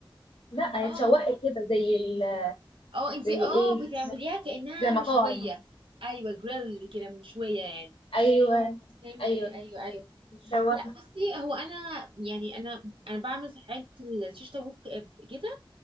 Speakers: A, on the left; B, on the right.
A: لا
B: اه
A: هي اتشوحت كده زي ال
B: اه انتي
A: زي إيه؟
B: اه بتعمليها كأنها
A: زي مطاعم
B: مشوية ايوه جريل كده مشوية يعني
A: أيوه
B: اه فهمتك
A: أيوه
B: ايوه ايوه
A: متشوحة
B: لا بصي هو انا يعني انا انا بعمل ساعات الشيش طاووق كده